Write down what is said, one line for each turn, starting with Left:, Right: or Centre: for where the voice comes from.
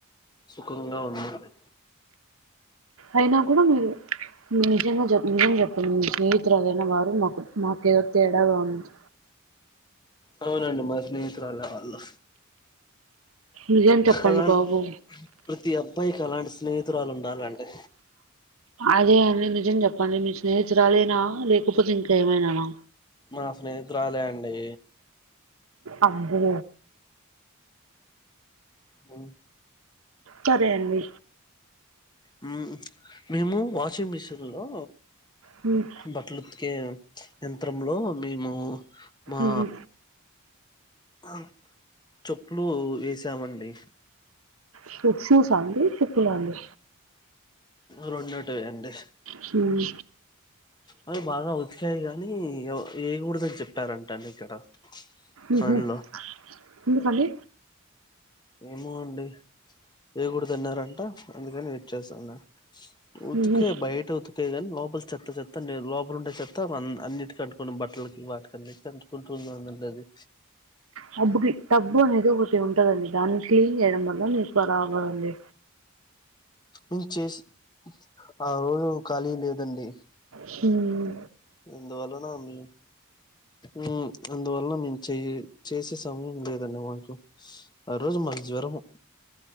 Left: కుంగా ఉందండి
Right: అయినా కూడ మీరు నిజంగ చే నిజం చెప్పండి మీ స్నేహితురాలైన వారు మాకు మాకేదో తేడాగా ఉంది.
Left: అవునండి మా స్నేహితురాలే వాళ్ళు
Right: నిజం చెప్పండి
Left: అలా
Right: బాబు
Left: ప్రతి అబ్బాయికి అలాంటి స్నేహితురాలు ఉండాలండి.
Right: అదే అండి నిజం చెప్పండి నీ స్నేహితురాలేనా లేకపోతే ఇంక ఏమైనానా?
Left: మా స్నేహితురాలే అండి
Right: అబ్బో
Left: హ్మ్
Right: సరే అండి
Left: హ్మ్ మేము వాషింగ్ మిషిన్లో
Right: హ్మ్
Left: బట్లు ఉతికే యంత్రంలో మేము మా
Right: ఉమ్
Left: ఆ చెప్పులు వేసామండి.
Right: షూ షూసా అండి, చెప్పులా అండి?
Left: రెండోటే అండి
Right: హ్మ్
Left: అవి బాగా ఉతికాయి గానీ ఈ యో ఏయ్యగోడదని చెప్పారంట అండి ఇక్కడ.
Right: ఉహు
Left: పనిలో
Right: ఎందుకండి?
Left: ఏమో అండి ఏయ్యగూడదు అన్నారంట. అందుకని వెయిట్ చేస్తాన్న ఉతికే
Right: ఉమ్ ఉహు
Left: బయట ఉతుక ఉతికే కానీ లోపల చెత్త చెత్త అండి లోపల ఉండే చెత్త ఆన్ అన్నిటికి అంటుకొని బట్టలకి వాటికి ఆన్నిటికీ కొంటుంది అండి ఆది
Right: టబ్బుకి టబ్బు అనేది ఒకటి ఉంటదండి దాన్ని క్లీన్ చేయడం వల్ల మీకు బరాబర్ అండి
Left: ఇం చేసి అవును ఖాళీ లేదండి
Right: హ్మ్
Left: ఇందువల్లనా మీ ఉ అందువల్ల మేము చే చేసే సమయం లేదండి మాకు ఆ రోజు మాకు జ్వరము